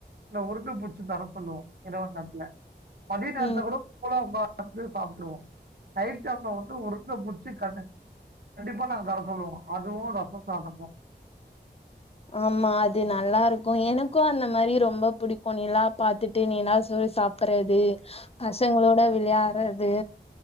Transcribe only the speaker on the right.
இந்த உருட்டு புச்சு தர சொல்லுவோம் இரவு நேரத்துல படி நேரத்துல
கூட போலாம்பா வந்து சாப்ட்டுருவோ நைட் டைம்ல வந்து உருண்ட புடிச்சு கண்ணு கண்டிப்பா நாங்க தர சொல்லுவோ அதுவு ரச சாதமு